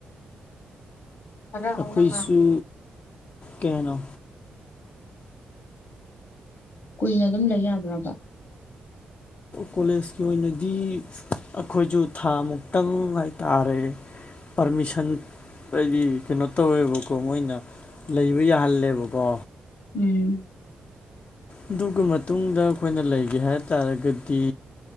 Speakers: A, on the left; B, on the left.
A: ꯈꯔ
B: ꯑꯩꯈꯣꯏꯁꯨ
A: ꯍꯧꯅ ꯉꯥꯡꯉꯦ
B: ꯀꯦꯅꯣ
A: ꯀꯨꯏꯅ ꯑꯗꯨꯝ ꯂꯩ ꯌꯥꯕ꯭ꯔꯕ
B: ꯀꯣꯂꯦꯖꯀꯤ ꯑꯣꯏꯅꯗꯤ ꯑꯩꯈꯣꯏꯁꯨ ꯊꯥ ꯃꯨꯛꯇꯪ ꯍꯥꯏꯇꯥꯔꯦ ꯄꯔꯃꯤꯁꯟ ꯑꯩꯗꯤ ꯀꯩꯅꯣ ꯇꯧꯋꯦꯕꯀꯣ ꯃꯣꯏꯅ ꯂꯩꯕ ꯌꯥꯍꯜꯂꯦꯕꯀꯣ
A: ꯎꯝ
B: ꯑꯗꯨꯒꯤ ꯃꯇꯨꯡꯗ ꯑꯩꯈꯣꯏꯅ ꯂꯩꯒꯦ ꯍꯥꯏ ꯇꯥꯔꯒꯗꯤ